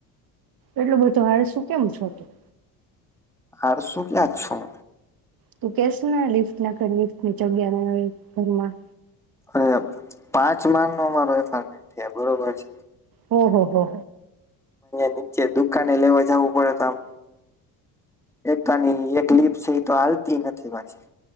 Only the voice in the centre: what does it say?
આળસુ ક્યાં છું?
અરે પાંચ માન નો અમારો એપાર્ટમેન્ટ હે બરોબર છે.
નીચે દુકાને લેવા જવું પડે તો આમ એક તો એની એક લિફટએય તો ચાલતી નથી પાછી.